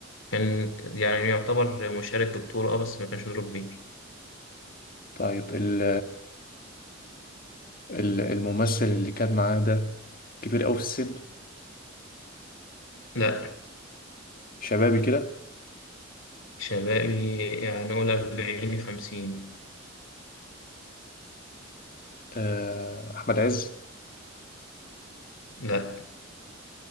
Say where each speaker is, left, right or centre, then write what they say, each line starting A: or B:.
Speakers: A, on the left (about 75°); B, on the left (about 45°).
A: كان يعني يعتبر مشارك ببطولة اه بس ما كانش دوره كبير
B: طيب ال ال- الممثل اللي كان معاه ده كبير قوي في السن
A: لا
B: شبابي كده
A: شبابي يعني قول 40 50
B: آه، احمد عز
A: لا